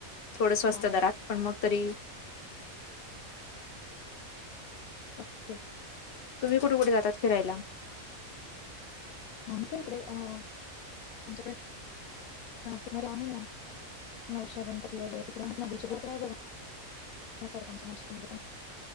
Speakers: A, on the left; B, on the left.
A: थोड स्वस्त
B: हा
A: दरात
B: हा
A: पण मग तरी
B: ओके.
A: तुम्ही कुठं कुठे जाता फिरायला.
B: आम्ही तर इकडे अ आमच्याकडे नाशिक मध्ये आहे ना नवश्या गणपती वगैरे ते <inaudible> आहे बघा पुण्यासारख आमच्या नाशिकमध्ये पण